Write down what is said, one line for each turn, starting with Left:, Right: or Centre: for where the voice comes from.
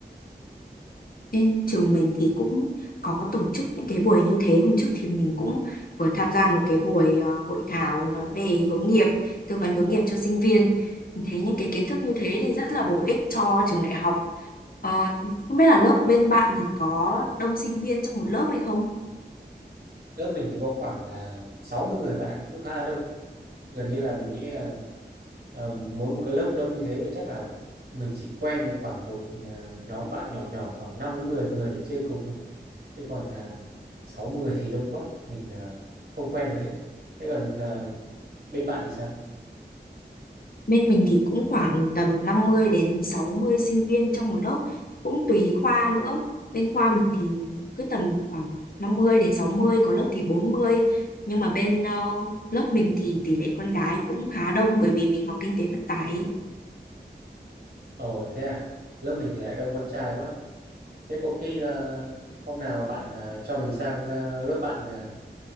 Left: Trên trường mình thì cũng có tổ chức những cái buổi như thế. Hôm trước thì mình cũng vừa tham gia một cái buổi ờ, hội thảo nói về hướng nghiệp, tư vấn hướng nghiệp cho sinh viên. Mình thấy những cái kiến thức như thế thì rất là bổ ích cho trường đại học. Ờ, không biết là lớp bên bạn thì có đông sinh viên trong một lớp hay không?
Right: Lớp mình thì có khoảng uh, 60 người bạn ạ, cũng khá là đông. gần như là mình nghĩ là ờ, mỗi một cái lớp đông như thế thì chắc là mình chỉ quen được khoảng một ờ, nhóm bạn nhỏ nhỏ khoảng 5 đến 10 người để chơi cùng thôi chứ còn uh, 6 10 thì đông quá mình ờ, không quen được hết thế còn ờ, bên bạn thì sao
Left: Bên mình thì cũng khoảng tầm 50 đến 60 sinh viên trong một lớp, cũng tùy khoa nữa. Bên khoa mình thì cứ tầm khoảng năm mươi đến sáu mươi có lớp thì bốn mươi Nhưng mà bên ờ, lớp mình thì tỷ lệ con gái cũng khá đông bởi vì mình học kinh tế vận tải. ấy.
Right: ồ thế à lớp mình thì lại đông con trai quá thế có khi ờ, hôm nào bạn ờ, cho mình sang ờ, lớp bạn ờ,